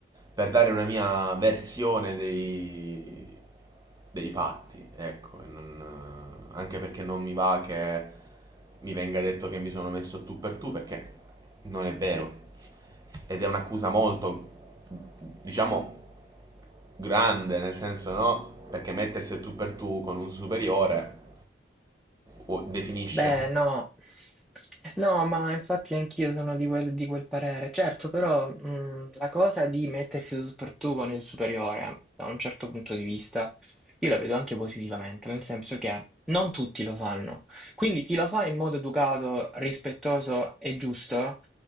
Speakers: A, on the right; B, in the centre.
A: per dare una mia versione dei, dei fatti, ecco, e non- anche perché non mi va che mi venga detto che mi sono messo tu per tu, perché non è vero. Ed è un'accusa molto, diciamo, grande, nel senso no, perché mettersi a tu per tu con un superiore o- definisce.
B: Beh,
A: no?
B: no, no, ma infatti anch'io sono di quel, di quel parere. Certo, però mm, la cosa di mettersi tu per tu con il superiore, da un certo punto di vista, io la vedo anche positivamente, nel senso che non tutti lo fanno. Quindi chi lo fa in modo educato, rispettoso e giusto,